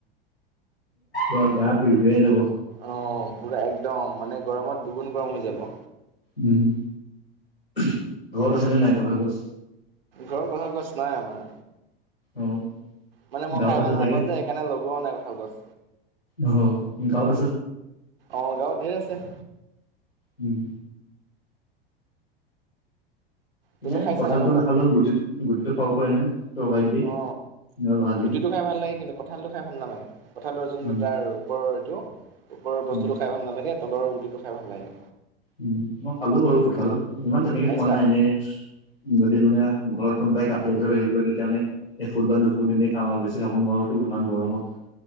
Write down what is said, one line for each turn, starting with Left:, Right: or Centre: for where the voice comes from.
Left: অ, গা পি পিয়াই যাব।
Right: অ, পোৰা একদম মানে গৰমত দুগুণ গৰম হৈ যাব।
Left: উম, ঘৰত আছে নে নাই কঁঠাল গছ।
Right: ঘৰত কঁঠাল গছ নাই আমাৰ।
Left: অ'।
Right: মানে মই
Left: গাঁৱত
Right: খাই
Left: আছে
Right: ভাল
Left: চাগে
Right: নাপাওঁ যে সেইকাৰণে লগোৱা ও নাই কঁঠাল গছ।
Left: অ, ঘৰত।
Right: অ, গাঁৱত ধেৰ আছে।
Left: উম।
Right: তুমি
Left: নাই
Right: খাইছা
Left: কঁঠালটো
Right: কঁঠাল
Left: নাখালেও গুটি, গুটি খাব পাৰি নহয়। তৰকাৰীত দি
Right: অ,
Left: নহলে ভাজি
Right: গুটিটো খাই ভাল লাগে কিন্তু। কঁঠালটো খাই ভাল নালাগে, কঁঠালৰ যোনটো
Left: উম
Right: তাৰ ওপৰৰ এইটো ওপৰৰ
Left: উম
Right: বস্তুটো খাই ভাল নালাগে। তলৰ গুটিটো খাই ভাল লাগে।
Left: উ, মই পালো বাৰু কথাাল ইমান তেনেকে
Right: খাইছা
Left: খোৱা নাই এনে। যদি মানে ঘৰত কোনোবাই কাটি থৰ হেৰি কৰে তেতিয়া মানে এ, ফুট বাৰ দুফুট এনেই খাওঁ আৰু বেছি খাব নোৱাৰোতো ইমান গৰমত।